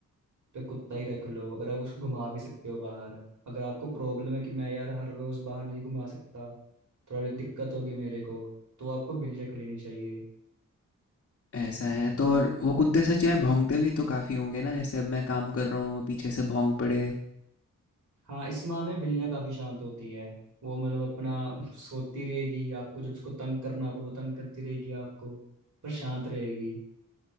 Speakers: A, on the right; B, on the left.
A: तो कुत्ता ही रख लो अगर आप उसको घुमा भी सकते हो बाहर अगर आपको प्रॉब्लम है कि मैं यार हर रोज बाहर नहीं घुमा सकता थोड़ा दिक्कत होगी मेरे को तो आपको बिल्ली रख लेनी चाहिए
B: ऐसा है तो और वो कुत्ते सच यार भौंकते भी तो काफ़ी होंगे ना जैसे अब मैं काम कर रहा हूँ वो पीछे से भौंक पड़े
A: हाँ इस माह में बिल्लियाँ काफी शांत होती हैं वो मतलब अपना <laughs> सोती रहेगी आपको जब उसको तंग करना होगा वो तंग करती रहेगी आपको पर शांत रहेगी